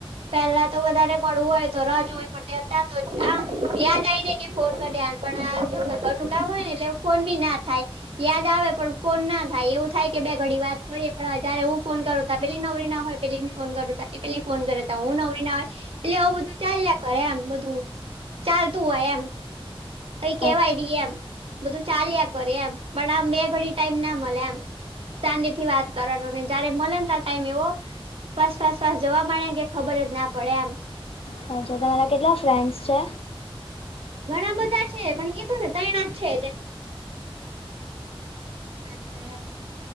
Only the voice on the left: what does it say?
અચ્છા
હાચું, તમારા કેટલા ફ્રેન્ડસ છે?